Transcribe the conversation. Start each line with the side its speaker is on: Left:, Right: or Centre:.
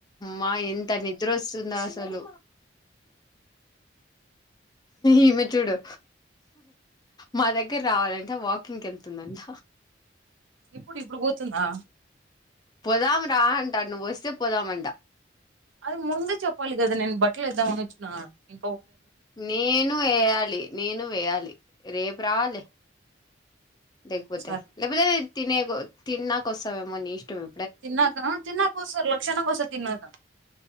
Left: మా ఎంత నిద్ర వస్తుందో అసలు ఈమె చూడు మా దగ్గర రావాలంటే వాకింగ్ వెళ్తుందంట
Right: ఇప్పుడు ఇప్పుడు పోతుందా
Left: పోదాం రా అంట నువ్వు వస్తే పోదామంట
Right: అది ముందే చప్పాలి కదా నను బట్టలు ఇద్దా మనచ్చున ఇ
Left: నేను వేయాలి నేను వేయాలి రేపు రావాలే లేగపోతే
Right: సార్
Left: లేకపోతే తినే తిన్నాక వస్తామేమోని ఇష్టమే
Right: తిన్నాక తిన్నాక వస్తారు లక్షణంగా వసారూ తిన్నాక